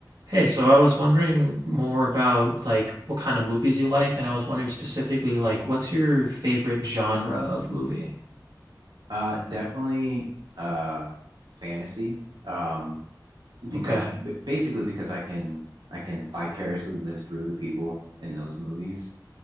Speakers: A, on the right; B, on the right.
A: Hey, so I was wondering more about like what kind of movies you like, and I was wondering specifically like what's your favorite genre of movie?
B: Uh, definitely uh fantasy. Um, because
A: Okay.
B: b- basically because I can I can vicariously live through the people in those movies.